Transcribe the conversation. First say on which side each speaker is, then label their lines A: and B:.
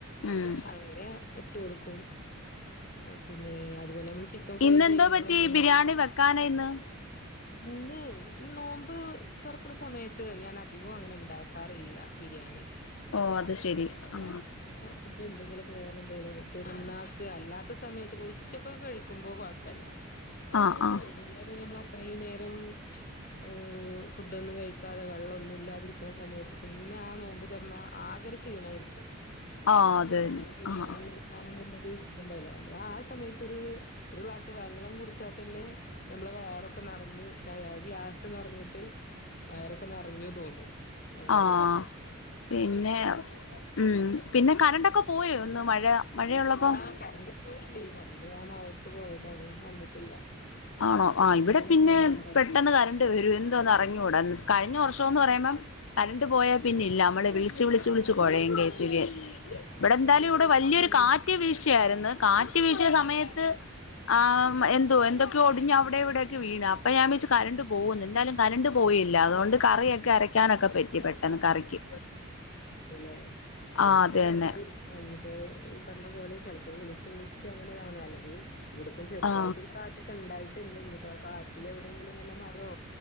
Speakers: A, on the left; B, on the left.
A: ഉം
B: അങ്ങനെ ഇട്ട് കൊടുക്കും പിന്നെ അതുപോലെ നമ്മള് ചിക്കൻ ഫ്രൈ
A: ഇന്നെന്തോ
B: ചെയ്യുമ്പോളും
A: പറ്റി
B: മഞ്ഞപ്പടും
A: ബിരിയാണി വെക്കാന ഇന്ന്
B: ഇന്ന് നോമ്പ് തോറക്കണ സമയത്ത് ഞാൻ അധികം അങ്ങനെ ഇണ്ടാക്കാറില്ല ബിരിയാണി
A: ഓ അത് ശരി ആ
B: അപ്പ എന്തെങ്കിലുമൊക്കെ വേറെ എന്തെിലും പെരുന്നാക്ക് അല്ലാത്ത സമയത്തൊക്കെ ഉച്ചക്കൊക്കെ കഴിക്കുമ്പോ കൊഴപ്പുല
A: ആഹ് ആഹ്
B: വൈകുന്നേരം ഞമ്മ ഇത്രയും നേരം ഉം ഫുഡൊന്നും കഴിക്കാതെ വെള്ളമൊന്നും ഇല്ലാതിരിക്കണ സമയത്ത് പിന്നെ ആ നോമ്പ് തുറന്ന ആകെരു ഷീണയിരിക്കും
A: ആഹ് അത്
B: <unintelligible>
A: തന്നെ
B: ബിരിയാണി
A: ആഹ്
B: <unintelligible> ഇണ്ടാവുലാ നമ്മള് ആ സമയത്ത് ഒരു ഒരു ഗ്ലാസ് വെള്ളം കുടിച്ചാൽ തന്നെ നമ്മള് വേറൊക്കെ നറ <unintelligible> ഗ്യാസ് നിറഞ്ഞിട്ട് വയറൊക്കെ നറഞ്ഞു തോന്നും അങ്ങനെയാണ്
A: ആഹ് പിന്നെ ഉം പിന്നെ കരണ്ടൊക്കെ പോയോ ഇന്ന് മഴ മഴയുള്ളപ്പോ
B: ആ കറണ്ട് ഇപ്പോഴും ഇല്ലേ കറണ്ട് ആ മഴക്ക് പോയതാണ് വന്നിട്ടില്ല
A: ആണോ ആ
B: നല്ലൊരു
A: ഇവിടെ പിന്നെ
B: മഴയാണ് പെയ്തത്
A: പെട്ടെന്ന് കരണ്ട് വരും എന്തോണെന്ന് അറിഞ്ഞു കഴിഞ്ഞ വർഷം എന്ന് പറയുമ്പ കറണ്ട് പോയാൽ പിന്നെ ഇല്ല നമ്മള് വിളിച്ച് വിളിച്ച് വിളിച്ച് കൊഴയും കെ എസ് ശരിയ
B: അതെ. ആ
A: ഇവിടെ എന്തായാലും ഇവിടെ
B: ചെലപ്പോ
A: വലിയൊരു
B: അങ്ങനെയാണ്
A: കാറ്റ് വീശിയായിരുന്നു കാറ്റ് വീശിയ
B: ആ
A: സമയത്ത് ആം എന്തു എന്തോ ഒടിഞ്ഞ അവിടെവിടെക്കെ വീണ അപ്പ ഞാൻ വെച്ച് കരണ്ട് പോകുന്നു എന്താലും കരണ്ട് പോയില്ല അതുകൊണ്ട് കറിയൊക്കെ അരക യ്ക്കാനൊക്കെ പെറ്റി പെട്ടെന്ന് കറിക്ക്
B: ആ അതെലെ ഇവിടെ
A: ആ
B: പ്പ
A: അത്
B: കരണ്ട്
A: തന്നെ
B: ഇല്ല ഇനീപ്പോ ഈ പറഞ്ഞ പോലെ അപ്പൊ വിളിച്ച് വിളിച്ച് അങ്ങനെതാവണാ അല്ലെങ്കി ഇവിടക്കും ചെറതായിട്ട്
A: ആ
B: ഒരു കാറ്റൊക്കെ ഉണ്ടായി <unintelligible> ഇനീപ്പ കാറ്റിൽ എവിടെെങ്കിലും വല്ല മാരോ